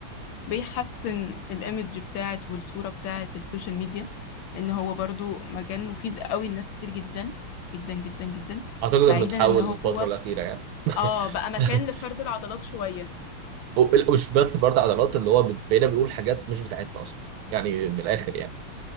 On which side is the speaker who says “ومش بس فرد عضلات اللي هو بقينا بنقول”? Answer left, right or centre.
Right